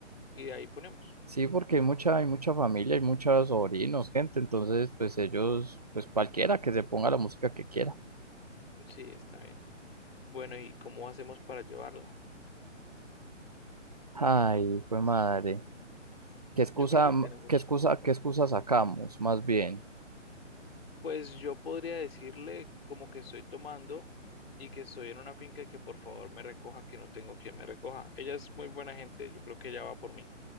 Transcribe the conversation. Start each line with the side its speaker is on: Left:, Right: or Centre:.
Left: y de ahí ponemos.
Right: Sí, porque hay mucha, hay mucha familia, hay muchos sobrinos, gente, entonces pues ellos, pues cualquiera que se ponga la música que quiera.
Left: Sí, está bien. Bueno, ¿y cómo hacemos para llevarla?
Right: Ay, fue madre. ¿Qué excusa,
Left: Yo creo que
Right: m-
Left: tenemos,
Right: qué excusa, qué excusa sacamos? Más bien.
Left: pues yo podría decirle como que estoy tomando y que estoy en una finca y que por favor me recoja, que no tengo quien me recoja. Ella es muy buena gente, yo creo que ella va por mí.